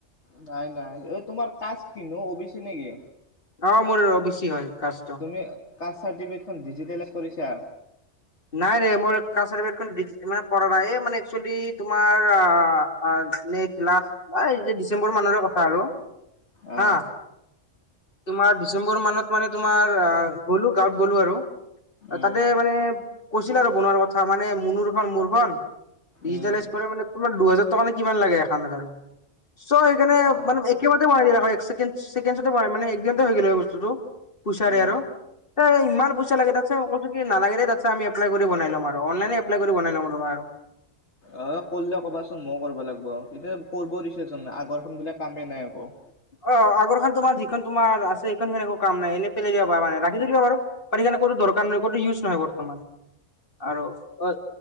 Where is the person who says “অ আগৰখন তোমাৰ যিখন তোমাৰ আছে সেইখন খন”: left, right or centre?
Left